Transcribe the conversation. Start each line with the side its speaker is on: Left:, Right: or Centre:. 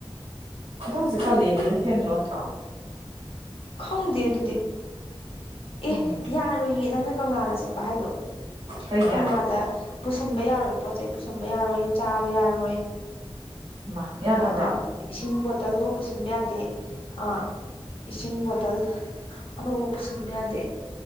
Right: ꯑꯗꯣ ꯍꯧꯖꯤꯛꯀ ꯀꯂꯅꯦꯅ ꯊꯦꯡꯂꯣ ꯅꯠꯇ꯭ꯔꯣ
Left: ꯈꯪꯗꯦ ꯑꯗꯨꯗꯤ ꯑꯦ
Right: ꯎꯝ
Left: ꯌꯥꯔꯣꯏꯌꯦ ꯅꯪꯅ ꯀꯪꯂꯥꯗ ꯆꯠꯄ ꯍꯥꯏꯗꯣ
Right: ꯀꯩꯒꯤ
Left: ꯀꯪꯂꯥꯗ ꯄꯨꯁꯟꯕ ꯌꯥꯔꯣꯏ ꯄꯣꯠ ꯆꯩ ꯄꯨꯁꯟꯕ ꯌꯥꯔꯣꯏ ꯆꯥꯕ ꯌꯥꯔꯣꯏ
Right: ꯃꯥ
Left: ꯀꯪꯂꯥꯗ
Right: ꯌꯥꯗꯕ꯭ꯔꯥ
Left: ꯕꯨꯗ ꯏꯁꯤꯡ ꯕꯣꯇꯜꯕꯨ ꯄꯨꯁꯤꯟꯕ ꯌꯥꯗꯦ ꯑ ꯏꯁꯤꯡ ꯕꯣꯇꯜ ꯑꯃꯕꯣ ꯄꯨꯁꯤꯟꯕ ꯌꯥꯗꯦ